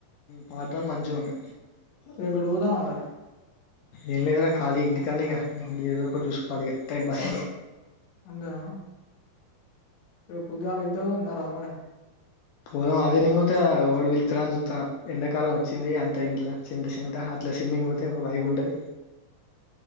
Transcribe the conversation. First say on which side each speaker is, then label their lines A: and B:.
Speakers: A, on the left; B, on the left.
A: పార్ట్ వన్ మంచిగా ఉంది
B: రేపు ఇటు పోదామా మరి
A: ఏం లేదురా కాళీ ఇంటి కానీగా ఏదో ఎప్పుడు చూసుకోవాలి టైం పాస్
B: అంతేనా పొద్దుగాల ఇతేఉందాన్నార మరి
A: పోదాం అదే నింగత ఓడు పిలుత్తర అని సుత్తన్న ఎండాకాలం వచ్చింది అంత ఇంట్లో చెట చెమట ఇట్ స్విమ్మింగ్ పోతే వైబ్ ఉంటది